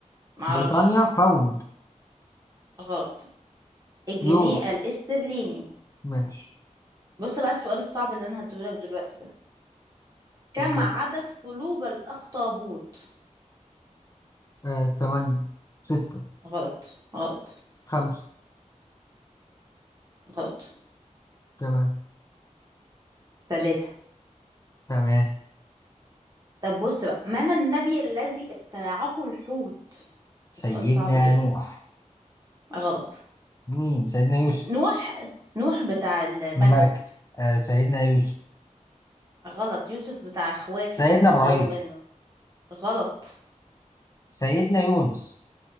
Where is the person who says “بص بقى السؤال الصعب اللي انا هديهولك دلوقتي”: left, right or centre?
Right